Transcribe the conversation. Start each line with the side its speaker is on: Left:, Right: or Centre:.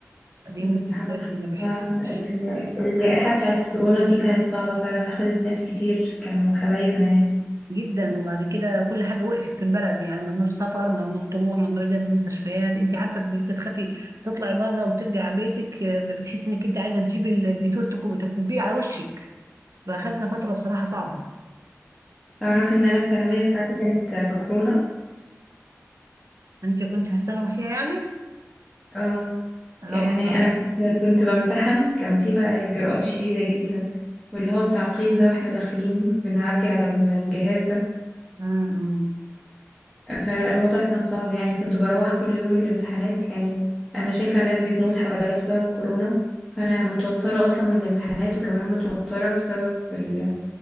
Right: دي
Centre: الله
Right: من الذكريات
Centre: يرحمه
Right: اللي ما بحبهاش
Centre: وال- الجائحة بتاعة الكورونا دي كانت صعبة فعلا أخدت ناس كتير كانوا حبايبنا يعني
Right: جدا وبعد كده كل حاجة وقفت في البلد يعني ممنوع سفر ممنوع طلوع ممنوع زيارة مستشفيات أنت عارفة بقيت تخافي تطلعي بره وترجع بيتك آه، بتحسي إنك أنت عايزة تجيبي الديتول تكو- تكبيه على وشك فأخدنا فترة بصراحة صعبة
Centre: تعرفي إن أنا الثانوية بتاعتي كانت في كورونا
Right: انت كنت في الثانوي فيها يعني
Centre: اه
Right: لا
Centre: يعني
Right: والله
Centre: أنا كنت كنت بمتحن كان في بقى إجراءات شديدة جدا واللي هو التعقيم ده واحنا داخلين بنعدي على الجهاز ده
Right: امم
Centre: فالوضع كان صعب يعني كنت بروح كل يوم من الامتحانات يعني أنا شايفة الناس بتموت حواليا بسبب كورونا فأنا متوترة أصلا من الامتحانات وكمان متوترة بسبب ال-